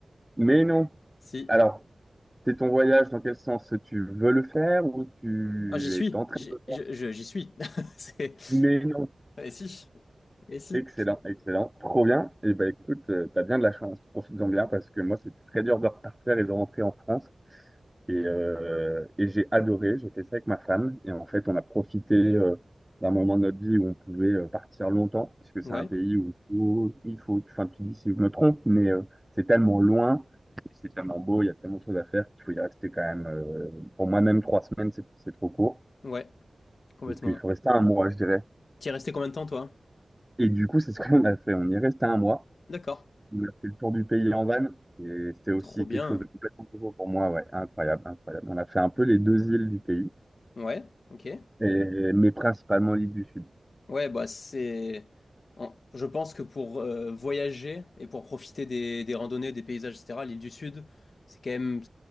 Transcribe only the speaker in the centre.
mais non.
Alors. C'est ton voyage, dans quel sens tu veux le faire ou tu
es en train
de le faire?
Mais non.
Excellent, excellent, trop bien. Et ben écoute, euh, t'as bien de la chance, profites-en bien parce que moi c'était très dur de repartir et de rentrer en France. Et, euh, et j'ai adoré, j'ai fait ça avec ma femme. Et en fait, on a profité euh, d'un moment de notre vie où on pouvait euh, partir longtemps, parce que c'est
un pays où il faut, il faut- enfin tu dis si je me trompe, mais euh, c'est tellement loin, c'est tellement beau, il y a tellement de choses à faire qu'il faut y rester quand même. euh, pour moi-même, trois semaines, c'est c'est trop court.
Donc il faut rester un mois, je dirais.
Et du coup, c'est ce qu'on a fait. On y est resté un mois.
On a fait le tour du pays en van. Et c'était aussi
quelque chose de complètement nouveau pour moi. Ouais, incroyable, incroyable. On a fait un peu les deux îles du pays,
et, mais principalement l'île du Sud.